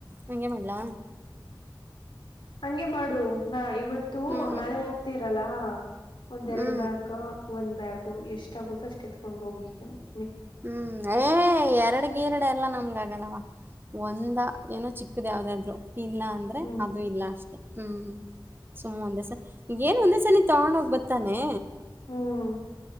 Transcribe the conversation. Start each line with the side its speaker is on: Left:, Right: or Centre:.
Right: ಹಂಗೆ ಮಾಡ್ಲಾ
Left: ಹಂಗೆ ಮಾಡು ನಾ ಇವತ್ತು
Right: ಹ್ಞೂ
Left: ನಾಳೆ ಹೋಗ್ತಿರಲ್ಲ ಒಂದ್
Right: ಹ್ಞೂ
Left: ಎರಡು ಬ್ಯಾಗ ಒಂದ್ ಬ್ಯಾಗ್ ಎಷ್ಟ್ ಆಗುತ್ತೋ ಅಷ್ಟ್ ಎತ್ಕೊಂಡ್ ಹೋಗಿ ಮ್
Right: ಹ್ಮ್ ಏ ಎರಡು ಗಿರಡೆ ಎಲ್ಲಾ ನಮ್ಗಾ ಆ ಆಗಲವ ಒಂದ ಏನೋ ಚಿಕ್ಕದ್ ಯಾವದಾದ್ರು ಇಲ್ಲ ಅಂದ್ರೆ
Left: ಹ್ಮ್
Right: ಅದು ಇಲ್ಲ ಅಷ್ಟೇ ಹ್ಮ್ ಸುಮ್ ಒಂದೆ ಸಲಿ ಏನೂ ಒಂದೇ ಸಲಿ ತಗೊಂಡ ಹೋಗ್ಬತಾನೆ
Left: ಹ್ಮ್